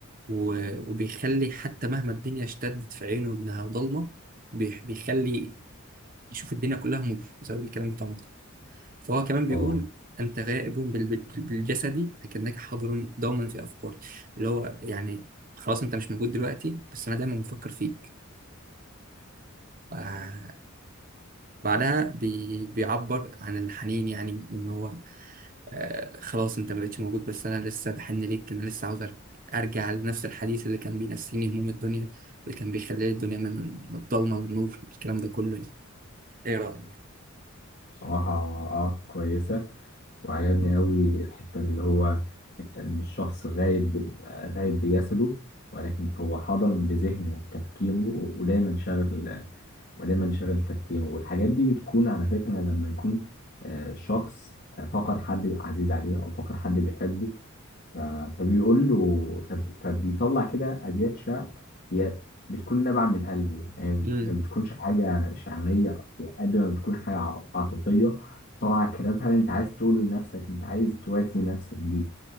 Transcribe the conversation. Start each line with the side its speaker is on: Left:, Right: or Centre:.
Right: و- وبيخلي حتى مهما الدنيا اشتدت في عينه انها ضلمه بيح- بيخلي يشوف الدنيا كلها نور بسبب الكلام بتاعه ده. فهو كمان بيقول
Left: اه
Right: انت غائب بال- بال- بالجسد لكنك حاضر دوما في افكاري اللي هو يعني خلاص انت مش موجود دلوقتي بس انا دايما بفكر فيك فاهم بعدها بي... بيعبر عن الحنين يعني ان هو آه خلاص انت ما بقتش موجود بس انا لسه بحن ليك انا لسه عاوز أر- ارجع لنفس الحديث اللي كان بينسيني هموم الدنيا اللي كان بيخلي الدنيا من من الضلمه للنور والكلام ده كله يعني. ايه رايك
Left: بصراحة اه كويسة وعجبني قوي الحتة اللي هو إن الشخص غايب غايب بجسده ولكن هو حاضر بذهنه وفي تفكيره ودايما شاغل ودايما شاغل تفكيره والحاجات دي بتكون على فكرة لما يكون آه، شخص آه، فقد حد عزيز عليه أو فقد حد بيحبه ف- فبيقول له فب- فبيطلع كده أبيات شعر هي بتكون نابعة من قلبه يعني
Right: امم
Left: ما بتكونش حاجة شعرية قد ما بتكون حاجة ع- عاطفية طلع كلام فعلا انت عايز تقوله لنفسك انت عايز تواسي نفسك بيه